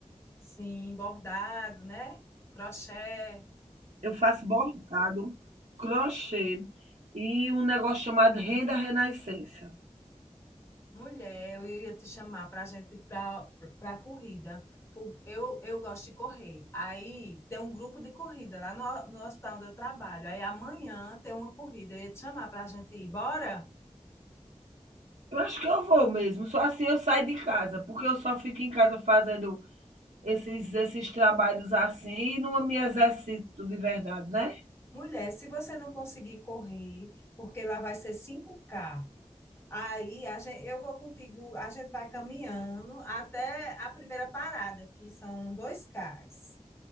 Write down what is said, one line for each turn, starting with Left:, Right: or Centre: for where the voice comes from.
Left: Sim, bordado, né? Crochê.
Right: Eu faço bordado, crochê e um negócio chamado renda renascença.
Left: Mulher, eu ia te chamar para a gente ir para a corrida. Pô, Eu, eu gosto de correr. Aí tem um grupo de corrida lá no, no hospital onde eu trabalho. Aí amanhã tem uma corrida. Eu ia te chamar para a gente ir. Bora?
Right: Eu acho que eu vou mesmo. Só assim eu saio de casa, porque eu só fico em casa fazendo esses, esses trabalhos assim e não me exercito de verdade, né?
Left: Mulher, se você não conseguir correr, porque lá vai ser cinco k Aí a gente, eu vou contigo, a gente vai caminhando até a primeira parada, que são dois cais.